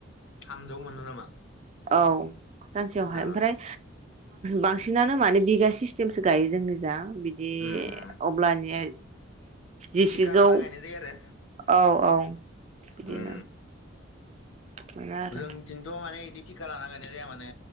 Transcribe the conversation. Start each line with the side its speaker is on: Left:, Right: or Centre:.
Left: थामजौ मोनो नामा?
Right: औ सानसेयावहाय
Left: आतसा
Right: ओमफ्राय बांसिनानो माने बिगा सिस्टेमसो गायो जोंनिजा बिदि
Left: उम उम
Right: अब्लानि जिसेजौ
Left: थिखा लाना गायनाय जायो आरो
Right: औ औ। <inaudible> बिदिनो
Left: उम
Right: मोनो आरो
Left: जोंथिंथ' माने बिदि थिका लाना गायना जाया माने